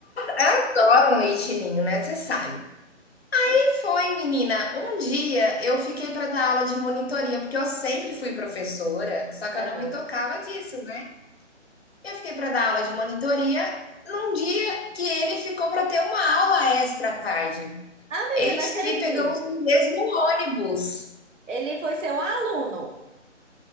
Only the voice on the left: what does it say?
Eu Adoro um leite ninho, né? Você sabe. E foi, menina, um dia eu fiquei para dar aula de monitoria, porque eu sempre fui professora, só que
eu não me tocava disso, né? Eu fiquei para dar aula de monitoria num dia que ele ficou para ter uma aula extra à tarde.
Eis
que pegamos o mesmo ônibus.